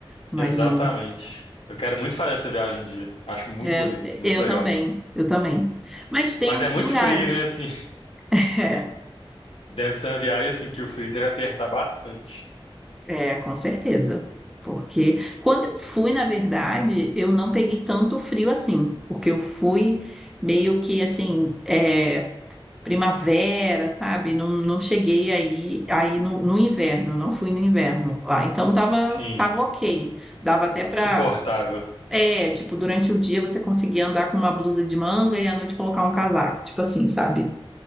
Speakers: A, in the centre; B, on the left (about 75°).
A: Mas
B: exatamente.
A: não,
B: Eu quero muito fazer essa viagem um dia. Acho muito
A: é,
B: bonito, muito
A: eu
B: legal.
A: também, eu também. Mas tem
B: Mas
A: outros
B: é muito
A: lugares.
B: frio, né? Assim,
A: <laughs>
B: deve ser uma viagem assim que o frio deve apertar bastante.
A: É, com certeza. Porque quando eu fui, na verdade, eu não peguei tanto frio assim, porque eu fui meio que assim, é, primavera, sabe? Não, não cheguei aí, aí no, no inverno, não fui no inverno lá. Então tava,
B: Sim,
A: tava ok. Dava até pra.
B: suportável.
A: É, tipo, durante o dia você conseguia andar com uma blusa de manga e à noite colocar um casaco, tipo assim, sabe?